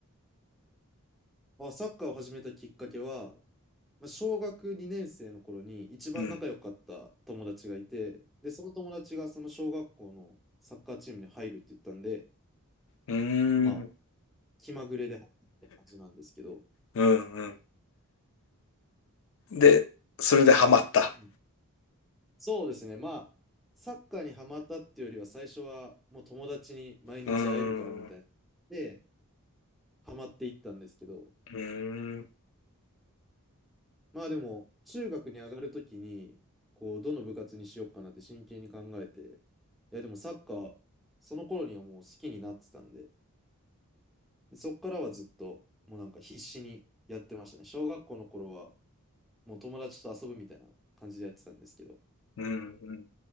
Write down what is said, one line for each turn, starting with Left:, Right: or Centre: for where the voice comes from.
Centre: まあ、サッカーを始めたきっかけは、まあ小学2年生の頃に一番仲良かった友達がいて、
Left: うん。
Centre: で、その友達がその小学校のサッカーチームに入るって言ったんで、
Left: うー
Centre: まあ、
Left: ん。
Centre: 気まぐれで入った感じなんですけど、
Left: うんうん。で、それでハマった。
Centre: うんそうですね、まあ、サッカーにハマったっていうよりは、最初はもう友達に毎日会えるからみたいな。
Left: うーん。う
Centre: で、ハマっていったんですけど、
Left: ーん。
Centre: まあでも、中学に上がるときに、こう、どの部活にしようかなって真剣に考えて、いや、でもサッカー、その頃にはもう好きになってたんで、でそっからはずっと、もうなんか必死にやってましたね。小学校の頃は、もう友達と遊ぶみたいな感じでやってたんですけど、
Left: うんうん。